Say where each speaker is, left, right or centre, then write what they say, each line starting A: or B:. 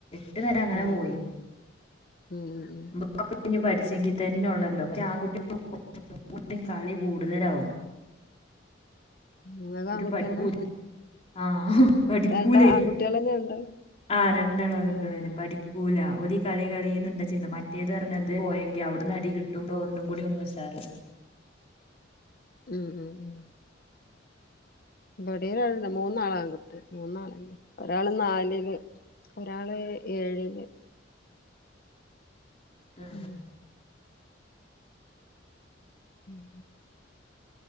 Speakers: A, on the left (about 35°); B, on the left (about 50°).
A: എട്ട് വരെ അങ്ങനെ
B: ആഹ്
A: പോയി
B: ഉം
A: മ്മക്കൊക്കെ പഠിച്ച- ച്ചങ്കി തന്നെ ഉള്ളല്ലോ പക്ഷെ ആൺകുട്ടികു <inaudible> കളി കൂടുതലാവും
B: ഇങ്ങളും
A: ഓര്
B: ആൺകുട്ടിയെന്നെ
A: പഠിക്കൂല ആ പഠിക്കൂലേ
B: രണ്ട് ആൺകുട്ടികളെന്നെ രണ്ടാളും
A: ആ രണ്ടാളും ആങ്കുട്ട്യാളന്നെ
B: ആഹ്
A: പഠിക്കൂല ഓല് കളി കളി എന്ന ചിന്ത മറ്റേത് പറഞ്ഞത് പോയെങ്കി അവിടുന്ന് അടി കിട്ടുമ്പോ ഒന്നും കൂടി ഒന്ന് ഉഷാറാവും <inaudible>
B: ഉം ഉം ഉം ഇവിടെ ഒരാളെന്നെ മൂന്നാളാങ്കുട്ടി മൂന്നാളന്നെ ഒരാള് നാലില് ഒരാള് ഏഴില്
A: ആ
B: ഉം ഉം